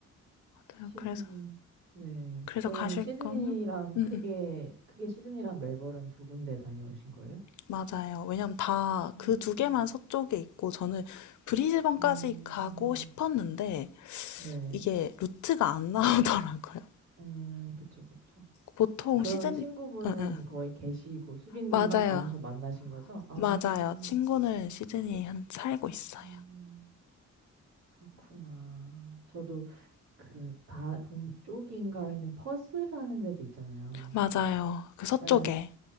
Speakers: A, on the left; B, on the right.
A: 맞아요.
B: 시드니.
A: 그래서
B: 네.
A: 그래서
B: 그러면은
A: 가실
B: 시드니랑
A: 거면? 응응.
B: 크게, 크게 시드니랑 멜버른 두 군데 다녀오신 거예요?
A: 맞아요. 왜냐면 다
B: 음.
A: 그 두 개만 서쪽에 있고 저는 브리즈번까지
B: 음,
A: 가고 싶었는데
B: 네.
A: 이게 루트가 안 <laughs> 나오더라고요.
B: 음, 그쵸, 그쵸.
A: 보통
B: 그러면
A: 시드니,
B: 친구분은
A: 응, 응.
B: 거의 계시고 수빈님만
A: 맞아요.
B: 가셔서 만나신 거죠? 아,
A: 맞아요. 친구는 시드니에 현- 살고 있어요.
B: 음. 그렇구나. 저도 그 다 동쪽인가 있는 퍼스라는 데도 있잖아요.
A: 맞아요. 그 서쪽에.
B: 에,